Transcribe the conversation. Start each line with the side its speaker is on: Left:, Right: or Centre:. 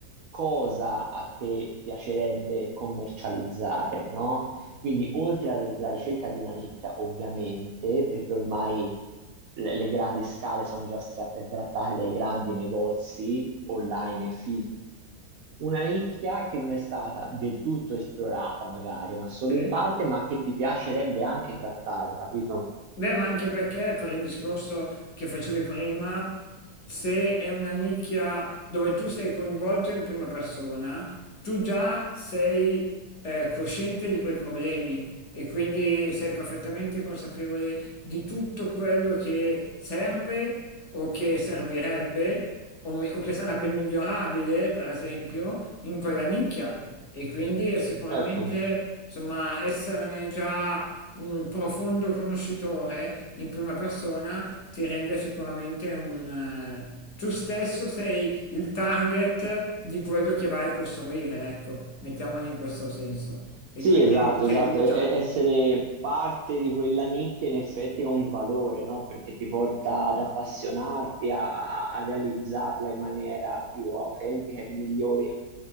Right: cosa a te piacerebbe commercializzare, no? Quindi oltre alla ricerca di una nicchia, ovviamente, perché ormai le, le grandi scale sono già state trattate dai grandi negozi online e fisici. Una nicchia che non è stata del tutto esplorata, magari, ma solo
Left: sì.
Right: in parte, ma che ti piacerebbe anche trattare, capito?
Left: Beh, ma anche perché per il discorso che facevi prima, se è una nicchia dove tu sei coinvolto in prima persona, tu già sei eh, cosciente di quei problemi e quindi sei perfettamente consapevole di tutto quello che serve o che servirebbe o, mi- o che sarebbe migliorabile, per esempio, in quella nicchia. E quindi è sicuramente,
Right: Certo.
Left: insomma, esserne già un profondo conoscitore in prima persona ti rende sicuramente un... eh, tu stesso sei il target di quello che vai a costruire, ecco, mettiamolo in questo senso. E
Right: Sì,
Left: quindi
Right: esatto,
Left: ti
Right: esatto.
Left: aiuta.
Right: E- essere parte di quella nicchia in effetti è un valore, no? Perché ti porta ad appassionarti, a, a- a realizzarla in maniera più autentica e migliore